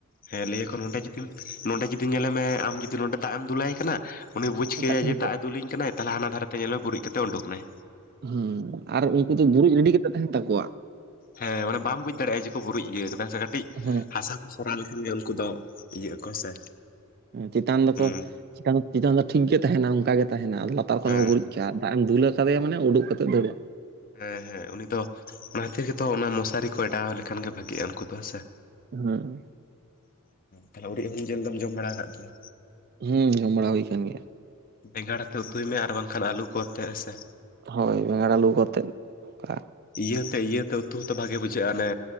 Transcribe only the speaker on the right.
ᱮᱴᱟᱜ ᱴᱷᱮᱱ
ᱛᱮ
ᱦᱩ ᱟᱨ ᱩᱱᱠᱩ ᱫᱚ ᱵᱩᱲᱩᱪ ᱨᱮᱰᱤ ᱠᱟᱛᱮᱫ ᱛᱟᱦᱮᱱ ᱛᱟᱠᱚᱣᱟ
ᱼᱼ
ᱦᱮ ᱪᱮᱛᱟᱱ ᱫᱚᱠᱚ
ᱼᱼ ᱪᱮᱛᱟᱱ ᱫᱚ ᱴᱷᱤᱠ ᱜᱮ ᱛᱟᱦᱮᱱᱟ ᱚᱱᱠᱟ ᱜᱮ ᱛᱟᱦᱮᱱᱟ ᱟ ᱞᱟᱛᱟᱨ ᱠᱷᱚᱱ
ᱫᱟᱠᱟ ᱵᱩᱨᱩᱪ ᱫᱟᱜ ᱮᱢ ᱫᱩᱞ ᱠᱟᱭᱫᱮᱭᱟ ᱢᱟᱱᱮ ᱩᱰᱳᱠ ᱠᱟᱛᱮᱫ ᱫᱟᱹᱲ ᱟᱭ
ᱦᱮᱸ
ᱦᱩᱸ ᱡᱚᱢ ᱵᱟᱲᱟ ᱦᱩᱭ ᱠᱟᱱ ᱜᱮᱭᱟ
ᱦᱳᱭ ᱵᱮᱸᱜᱟᱲ ᱟᱞᱩ ᱠᱟᱛᱮᱫ ᱚᱱᱠᱟ